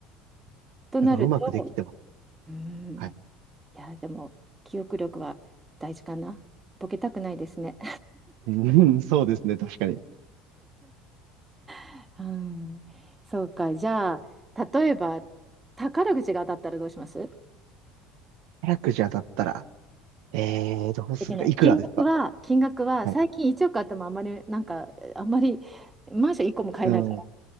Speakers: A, on the right; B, on the right.
A: となると、
B: なんかうまくできてます。
A: うん、
B: はい。
A: いや、でも、記憶力は大事かな。ボケたくないですね。
B: うん、<laughs> そうですね、確かに。
A: <laughs> うん、そうか。じゃあ、例えば、宝くじが当たったらどうします
B: 宝くじゃだったら、えー、どうするか、
A: 出てない。
B: いくらですか
A: 金額は、金額は、
B: はい。
A: 最近1億あってもあんまり、なんか、あんまり、マンション1個も買えないから。
B: うん。い